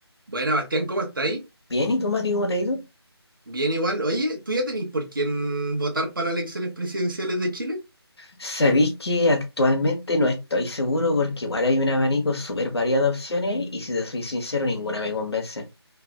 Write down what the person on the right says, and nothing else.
Buena, Bastián, ¿cómo estáis?
Bien igual. Oye, ¿tú ya tenéis por quién votar para las elecciones presidenciales de Chile?